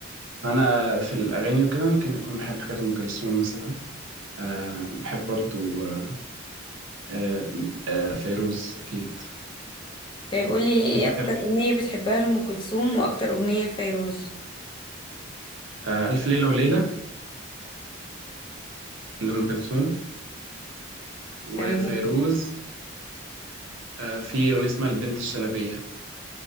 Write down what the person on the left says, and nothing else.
طيب قولي ايه
اكتر
اغنية بتحبها لأم كلثوم واكتر اغنية لفيروز
تمام